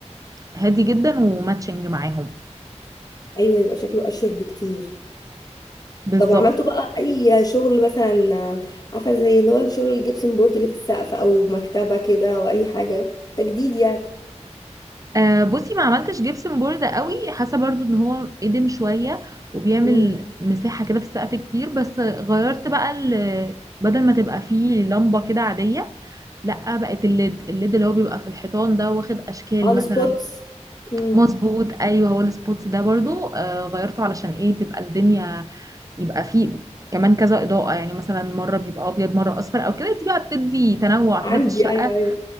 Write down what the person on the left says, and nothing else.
ايوه يبقى شكله اشيك بكتير
طب وعملتوا بقى اي شغل مثلا آه، عارفه زي اللي هو الشغل الجبسن بورد اللي في السقف او مكتبه كده او اي حاجه تجديد يعني
مم.
اه السبوتس
مم.
عندي
ايوه ايوه